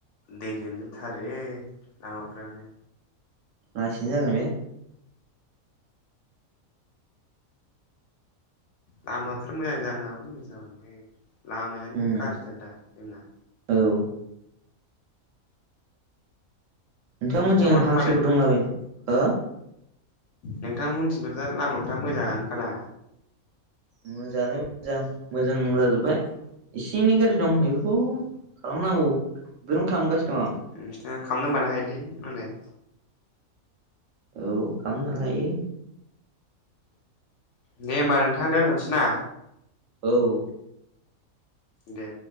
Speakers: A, on the left; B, on the right.
A: दै लोम जोबथारो लामाफोरानो।
B: लासिनो जागोन बे।
A: लामाफोर मोजां जानो हाबानो मोजां जाबाय। लामायानो
B: उम
A: गाज्रिथार दा जोंना।
B: औ नोंथांमोनजों
A: नोंथांनाथ'
B: हांसोबो
A: मालाय
B: दंलाबायो हो।
A: नोंथांमोनथिंथ' दा लामाफ्रा मोजाङानोखाना?
B: मोजाङालाय मोजां मोजां जाजोबबाय। एसे एनै गाज्रि दं बेखौ खालामनांगौ। बेखौनो खालामगासिनो
A: ओम
B: दं आं
A: नोंसिना खामनो होनबानो हायोलै मालाय।
B: औ खामनो हायो।
A: दे होमबा नोंथां दोनथ'नोसै ना?
B: औ
A: दे।